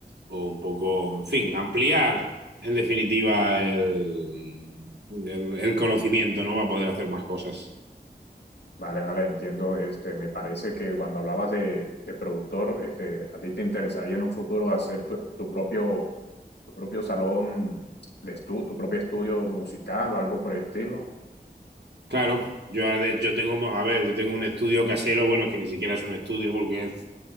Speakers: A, on the right; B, on the left.
A: o un poco, en fin, ampliar en definitiva el, el, el conocimiento, ¿no? Para poder hacer más cosas.
B: Vale, vale, entiendo. Este, me parece que cuando hablabas de, de productor, este, a ti te interesaría en un futuro hacer tu, tu propio propio salón de estu tu propio estudio musical o algo por el estilo.
A: Claro, yo, de- yo tengo, a ver, yo tengo un estudio casero, bueno, es que ni siquiera es un estudio porque es